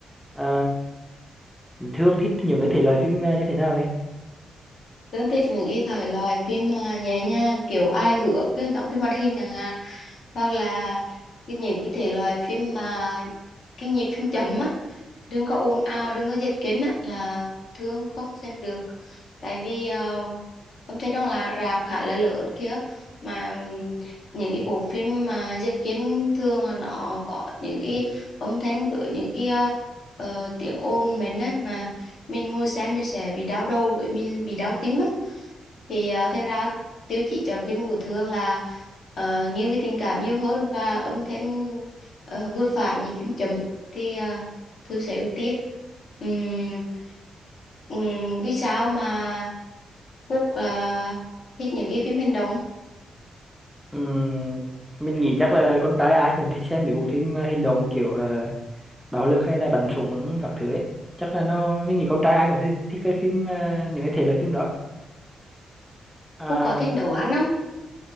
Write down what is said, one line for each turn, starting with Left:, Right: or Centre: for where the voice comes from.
Centre: Ờ, Thương thích những cái thể loại phim ờ, như thế nào vậy
Left: Tớ thích những cái thể loại phim à, nhẹ nhàng kiểu ai hước cái giọng phim hoạt hình chẳng hạn hoặc là cái- những cái thể loại phim mà cái nhịp phim chậm á đừng có ồn ào đừng có dịch kính á là thường không xem được tại vì ờ, âm thanh đông là rạp khá là lớn kia mà ừm, những cái bộ phim mà dịch kính thường là nó có những cái âm thanh với những cái ờ, ờ, tiếng ồn mình á mà mình ngồi xem mình sẽ bị đau đầu với mình bị đau tim á thì ờ, thành ra tiêu chí chọn phim của Thương là ờ, nghiêng về tình cảm nhiều hơn và âm thanh ờ, vừa phải nhịp phím chậm thì ờ, Thư sẽ ưu tiên Ừm, ừm, vì sao mà Phúc ờ, thích những cái phim hành động
Centre: Ừm, mình nghĩ chắc là con trai ai cũng thích xem mấy bộ phim ờ, hành động kiểu ờ, bạo lực hay là bắn súng các thứ ấy chắc là nó mình nghĩ con trai ai cũng thích thích cái phim ờ, những cái thể loại phim đó à,
Left: Phúc có thích nấu ăn không